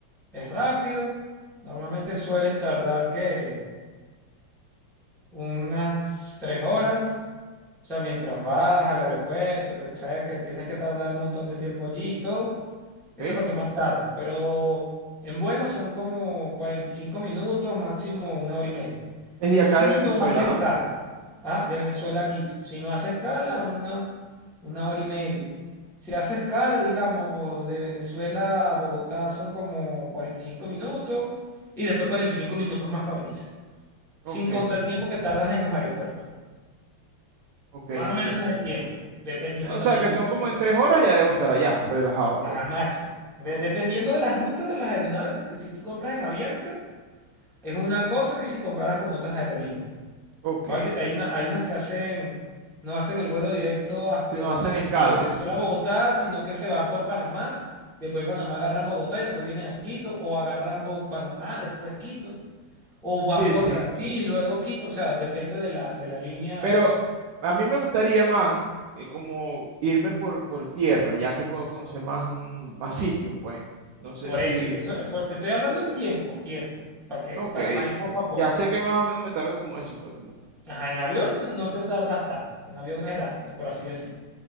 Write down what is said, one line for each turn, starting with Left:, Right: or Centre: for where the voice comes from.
Centre: es rápido. Normalmente sueles tardar que unas tres horas. O sea, mientras vas al aeropuerto, que sabes que tienes que tardar un montón de tiempo allí y todo.
Right: ok.
Centre: Eso es lo que más tarda, pero en vuelo son como 45 minutos, máximo una hora y media.
Right: Es de
Centre: Si
Right: acá de Venezuela,
Centre: no hace escala,
Right: ¿no?
Centre: ah, de Venezuela a Quito, si no hace escala, una, una hora y media. Si hace escala, digamos, de Venezuela a Bogotá son como 45 minutos y después 45 minutos más para Venice,
Right: Ok,
Centre: sin contar
Right: perfecto.
Centre: el tiempo que tardas en los aeropuertos.
Right: Ok, entiendo.
Centre: Más o menos ese es el tiempo, dependiendo
Right: O
Centre: también
Right: sea que
Centre: la
Right: son
Centre: ruta.
Right: como en tres horas ya debo estar allá, relajado,
Centre: Ajá,
Right: pues.
Centre: máximo. De- dependiendo de las rutas de las aeronaves, porque si tú compras en Avianca, es una cosa que si compraras con otras aerolíneas.
Right: Ok.
Centre: Acuérdate que hay una, hay unas que hacen, no hacen el vuelo directo a-
Right: Si
Centre: de,
Right: nos
Centre: Bogo-
Right: hacen escala.
Centre: de Venezuela a Bogotá, sino que se van por Panamá, después Panamá agarran Bogotá y después vienen a Quito, o agarran Bo- Panamá, después Quito, o van
Right: Sí,
Centre: por
Right: sí.
Centre: Brasil y luego Quito. O sea, depende de la, de la línea.
Right: Pero a mí me gustaría más eh, como irme por, por tierra, ya que puedo conocer más, mm, más sitios, pues. No sé
Centre: Por
Right: si...
Centre: eso, eso, eh, pues te estoy hablando en tiempo, tiempo, para que,
Right: Ok.
Centre: para ir poco a poco.
Right: Ya sé que más o menos me tardo como eso, pues como...
Centre: Ajá, en avión no te tardas tanto, en avión es rápido, por así decir.